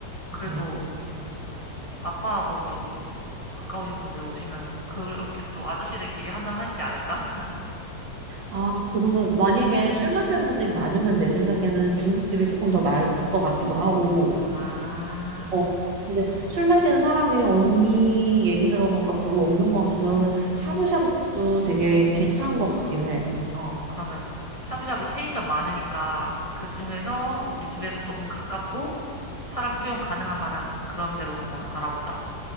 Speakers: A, on the left (about 25°); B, on the right (about 80°).
A: 그래도,
B: 음.
A: 그 아빠하고 좀 가까우신 분들 오시면은, 그렇게 또 아저씨들끼리 한잔 하시지 않을까? <laughs>
B: 아, 그러면 만약에 술 마시는 분들이 많으면 내 생각에는 중국집이 조금 더 나을 것 같기도 하고,
A: 아,
B: 어. 근데 술 마시는 사람이 언니 얘기 들어보니까 별로 없는 것 같으면
A: 음.
B: 샤브샤브집도 되게 괜찮은 것 같긴 해.
A: 어, 그러면 샤브샤브 체인점 많으니까 그 중에서 우리 집에서 조금 가깝고 사람 수용 가능한 만한 그런 데로 한번 알아보자.